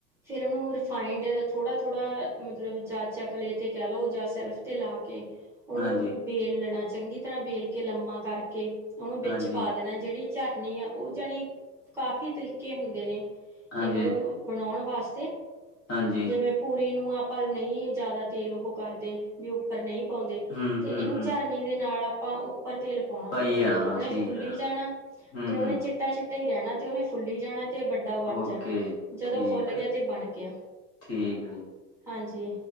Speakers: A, in the centre; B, on the left.
A: ਫੇਰ ਉਨੂੰ ਰਿਫਾਈੰਡ ਥੋੜ੍ਹਾ- ਥੋੜ੍ਹਾ ਮਤਲਬ ਜਾਂ ਚਕਲੇ ਤੇ ਕੈ ਲਉ ਜਾਂ ਸੈਲਫ ਤੇ ਲਾ ਕੇ
B: ਹਾਂਜੀ।
A: ਵੇਲਣਾ ਚੰਗੀ ਤਰ੍ਹਾਂ ਵੇਲ ਕੇ ਲੰਮਾ ਕਰਕੇ, ਓਨੂੰ ਵਿੱਚ
B: ਹਾਂਜੀ,
A: ਪਾ ਦੇਣਾ ਜੇੜੀ ਝਰਨੀ ਆ ਓ ਜਣੀ ਕਾਫੀ ਤਰੀਕੇ ਹੁੰਦੇ ਨੇ
B: ਹਾਂਜੀ,
A: ਏਨੂੰ ਬਣਾਉਣ ਵਾਸਤੇ,
B: ਹਾਂਜੀ
A: ਜਿਵੇਂ ਪੂਰੀ ਨੂੰ ਆਪਾਂ ਨਈ ਜਾਦਾ ਤੇਲ ਓਹੋ ਕਰਦੇ ਵੀ ਉੱਪਰ ਨਈ ਪਾਉਂਦੇ।
B: ਹੂੰ,
A: ਤੇ
B: ਹੂੰ,
A: ਏਨੂੰ
B: ਹੂੰ
A: ਝਰਨੀ ਦੇ ਨਾਲ ਆਪਾਂ ਉੱਪਰ ਤੇਲ ਪਾਉਣਾ
B: ਪਾਈ
A: ਭਟੂਰੇ
B: ਜਾਣਾ
A: ਤੇ,
B: ਵਾ
A: ਉਨੇ
B: ਠੀਕ
A: ਫੁੱਲੀ
B: ਆ
A: ਜਾਣਾ
B: ਹੂੰ,
A: ਤੇ ਉਨੇ
B: ਹੂੰ
A: ਚਿੱਟਾ- ਚਿੱਟਾ ਈ ਰੈਣਾ ਤੇ ਉਨੇ ਫੁੱਲੀ ਜਾਣਾ ਤੇ ਭ ਟੁਰਾ ਬਣ
B: ਓਕੇ
A: ਜਾਣਾ, ਜਦੋਂ
B: ਠੀਕ
A: ਫੁੱਲ
B: ਆ
A: ਗਿਆ ਤੇ ਬਣ ਗਿਆ।
B: ਠੀਕ ਆ ਜੀ
A: ਹਾਂਜੀ,